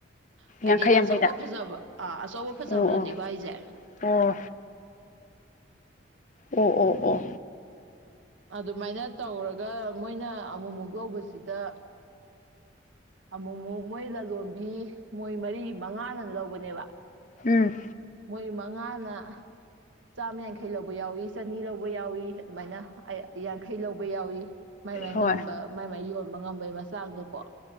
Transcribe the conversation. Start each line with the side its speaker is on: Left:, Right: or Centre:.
Right: ꯍꯥꯏꯗꯤ
Left: ꯌꯥꯡꯈꯩ ꯌꯥꯡꯈꯩꯗ
Right: ꯑꯆꯧꯕ ꯐꯖꯕ ꯑꯥ ꯑꯆꯧꯕ ꯐꯖꯕꯗꯨꯅꯤꯀꯣ
Left: ꯑꯣ
Right: ꯍꯥꯏꯁꯦ
Left: ꯑꯣ ꯑꯣ ꯑꯣ ꯑꯣ
Right: ꯑꯗꯨꯃꯥꯏꯅ ꯇꯧꯔꯒ ꯃꯣꯏꯅ ꯑꯃꯨꯛꯃꯨꯛ ꯂꯧꯕꯁꯤꯗ ꯑꯃꯨꯛꯃꯨꯛ ꯃꯣꯏ ꯂꯂꯣꯟꯕꯤ ꯃꯣꯏ ꯃꯔꯤ ꯃꯉꯥꯅ ꯂꯧꯕꯅꯦꯕ
Left: ꯎꯝ
Right: ꯃꯣꯏ ꯃꯉꯥꯅ ꯆꯥꯝꯃꯌꯥꯡꯈꯩ ꯂꯧꯕ ꯌꯥꯎꯏ ꯆꯅꯤ ꯂꯧꯕ ꯌꯥꯎꯏ ꯑꯗꯨꯃꯥꯏꯅ ꯌꯥꯡꯈꯩ ꯂꯧꯕ ꯌꯥꯎꯏ ꯃꯥꯏ ꯃꯥꯏ
Left: ꯍꯣꯏ
Right: ꯉꯝꯕ ꯃꯥꯏ ꯃꯥꯏ ꯌꯣꯟꯕ ꯉꯝꯕꯩ ꯃꯆꯥꯡꯗꯀꯣ